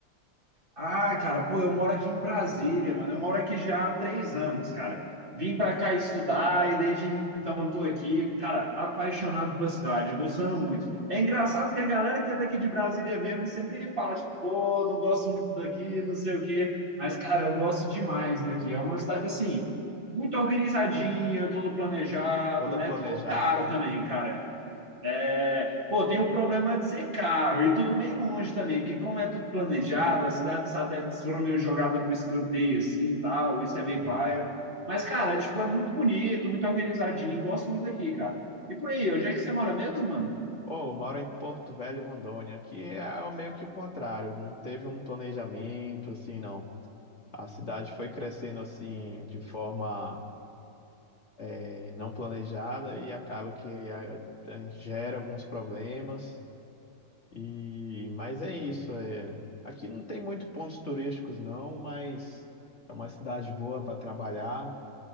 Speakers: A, on the right; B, on the left.
A: Ah, cara, pô, eu moro aqui em Brasília, mano. Eu moro aqui já há três anos, cara. Vim pra cá estudar e desde então tô aqui, cara, apaixonado pela cidade, gostando muito. É engraçado que a galera que é daqui de Brasília mesmo sempre fala, tipo, pô, não gosto muito daqui, não sei o quê. Mas, cara, eu gosto demais daqui. É uma cidade assim, muito organizadinha, tudo planejado,
B: Toda
A: né?
B: planejada,
A: Tudo caro
B: né?
A: também, cara. É, pô, tem o problema de ser caro e tudo meio longe também, porque como é tudo planejado, as cidades satélites foram meio jogadas para o escanteio assim e tal, isso é meio
B: Sim.
A: paia. Mas, cara, é, tipo, é muito bonito, muito organizadinho, gosto muito daqui, cara. E por aí, onde é que você mora mesmo, mano?
B: Oh, eu moro em Porto Velho, Rondônia. Aqui é o- meio que o contrário, não teve um planejamento assim, não. A cidade foi crescendo assim de forma eh, não planejada e acaba que a, a gente gera alguns problemas. E mas é isso, é, aqui não tem muito pontos turísticos não, mas é uma cidade boa para trabalhar,